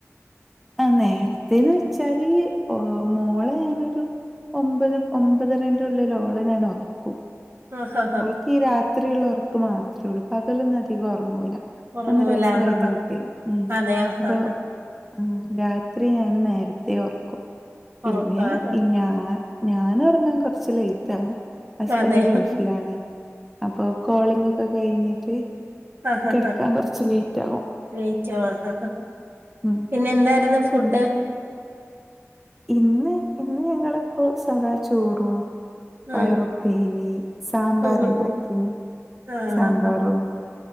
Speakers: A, in the centre; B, on the right.
A: ആ നേരത്തെേന്ന് വെച്ചാല് മോളെ ഞാനൊരു ഒമ്പത് ഒമ്പതരന്റെ ഉള്ളില് ഓള ഞാൻ ഉറക്കും
B: ആഹാ ഹാ
A: ക്കീ രാത്രി ള്ള ഒർക്ക് മാത്രേ ഉള്ളൂ പകലൊന്നും അധികം ഒറങ്ങൂല
B: ഉറങ്ങുവല്ല
A: ഒന്നര വയസ്സ്
B: ആഹ്
A: കഴിഞ്ഞ
B: ആഹ്
A: കുട്ടി ഉ
B: അതെ ആഹ്
A: അപ്പൊ
B: ആഹ്
A: ആ രാത്രി ഞാന് നേരത്തെേ ർക്കും പിന്നെ
B: ഉറക്കം ആഹ്
A: ഞാൻ ഞാന് ഒറങ്ങാൻ കൊറച്ച് ലേറ്റ് ആകും ഹസ്ബൻഡ്
B: അതെ
A: ഗൾഫിലാണ് അപ്പൊ കോളിംഗ് ഒക്കെ കഴിഞ്ഞിട്ട്
B: ആഹ
A: കിടക്കാൻ
B: ഹാ്
A: കുറച്ച് ലേറ്റ് ആകും
B: ലേറ്റ് ഹഹഹ
A: ഉം
B: പിന്നെ എന്തായിരുന്നു ഫുഡ്
A: ഇന്ന് ഇന്ന് ഞങ്ങളിപ്പോ സാദാ ചോറും പയറുപ്പേരിം
B: ഉം
A: സാമ്പാറുണ്ടാക്കിനി
B: ഉം ഉം ഉം ആഹ്
A: സാമ്പാറും
B: ആഹ്